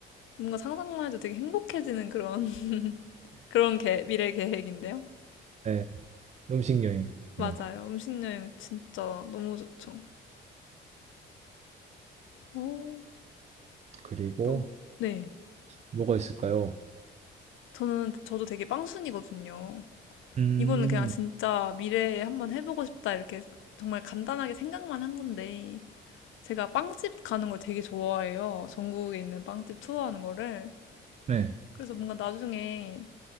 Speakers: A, on the left; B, on the right.
A: 뭔가 상상만 해도 되게 행복해지는 그런 <laughs> 그런 계, 미래 계획인데요.
B: 예. 음식 여행
A: 맞아요.
B: 이런 거.
A: 음식 여행 진짜 너무 좋죠. 오,
B: 그리고
A: 또 네.
B: 뭐가 있을까요?
A: 저는 저도 되게 빵순이거든요.
B: 음.
A: 이거는 그냥 진짜 미래에 한번 해보고 싶다 이렇게 정말 간단하게 생각만 한 건데 제가 빵집 가는 걸 되게 좋아해요. 전국에 있는 빵집 투어하는 거를.
B: 네.
A: 그래서 뭔가 나중에